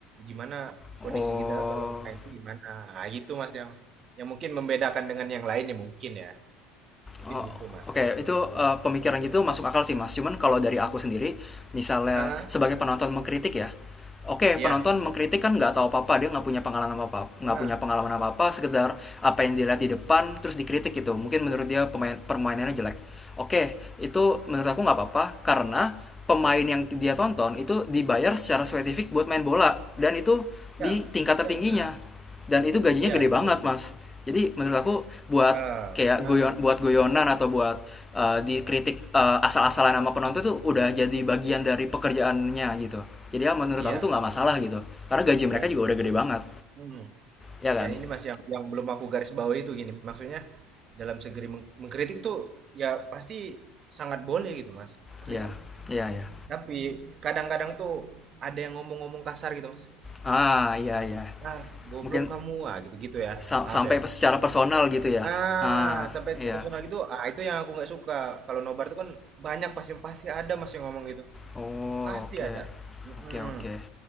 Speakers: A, on the right; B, on the left.
A: gimana
B: Oh.
A: kondisi kita kalau main itu gimana. Ah, gitu Mas yang yang mungkin membedakan dengan yang lain ya mungkin ya. Mungkin
B: Oh,
A: gitu Mas
B: Oke,
A: kalau
B: okay.
A: menurutku.
B: itu eh, pemikiran gitu masuk akal sih mas. Cuman kalau dari aku sendiri, misalnya
A: Ah,
B: sebagai penonton mengkritik ya, oke okay,
A: iya.
B: penonton mengkritik kan nggak tahu apa-apa, dia nggak punya pengalaman apa-apa, nggak
A: Ah,
B: punya pengalaman apa-apa, sekedar apa yang dilihat di depan terus dikritik gitu. Mungkin menurut dia pemain, permainannya jelek. Oke, okay, itu menurut aku nggak apa-apa karena pemain yang dia tonton itu dibayar secara spesifik buat main bola dan itu
A: iya,
B: di tingkat tertingginya
A: iya benar.
B: dan itu gajinya
A: Iya,
B: gede
A: itu
B: banget mas jadi menurut aku buat
A: ah,
B: kayak
A: benar.
B: goyon buat goyonan atau buat eh, dikritik eh, asal-asalan sama penonton
A: Hmm,
B: tuh udah jadi bagian dari pekerjaannya gitu jadi ya menurut
A: iya,
B: aku tuh nggak masalah gitu karena gaji mereka
A: iya.
B: juga udah gede banget
A: Hmm.
B: ya
A: Ya
B: kan
A: ini Mas yang yang belum aku garis bawahi itu gini. Maksudnya dalam segeri meng- mengkritik tuh ya pasti sangat boleh gitu mas ngerti
B: ya
A: nggak
B: ya ya
A: tapi kadang-kadang tuh ada yang ngomong-ngomong kasar gitu mas
B: ah iya iya
A: ah goblok
B: mungkin
A: kamu ah gitu gitu ya
B: sa-
A: maaf
B: sampai
A: ya
B: secara personal gitu ya
A: ah
B: ah
A: sampai
B: iya
A: ke personal gitu ah itu yang aku nggak suka kalau nobar tuh kan banyak pasti pasti ada mas yang ngomong gitu
B: oh
A: pasti
B: oke
A: ada Mm-mm.
B: oke oke